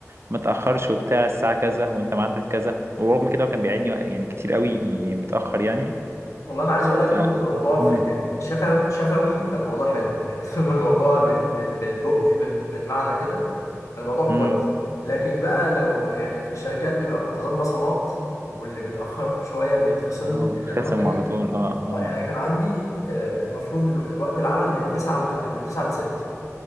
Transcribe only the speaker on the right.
ما تاخرش وبتاع الساعه كذا وانت ميعادك كذا ورغم كده هو كان بيعيدني يعني كتير قوي متاخر يعني
ف
امم
امم
اه
خصم
على طول اه اه